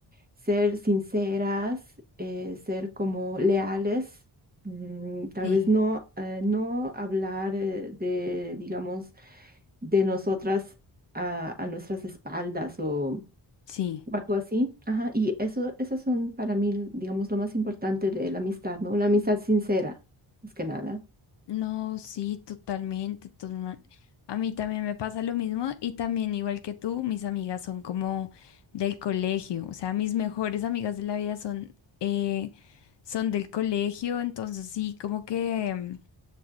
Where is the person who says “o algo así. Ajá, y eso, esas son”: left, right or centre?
Right